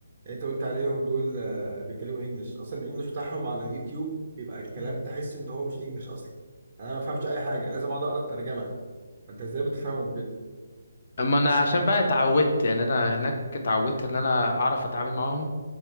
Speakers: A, on the right; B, on the left.
A: اللي انت قلت عليهم دول آه، بيتكلموا انجلش اصلا الانجلش بتاعهم على اليوتيوب بيبقى الكلام
B: مم.
A: تحس ان هو مش انجلش اصلا انا ما بفهمش اي حاجه لازم اقعد اقرا الترجمه انت ازاي بتفهمهم كده
B: اما انا عشان بقى اتعودت يعني انا هناك اتعودت ان انا اعرف اتعامل معاهم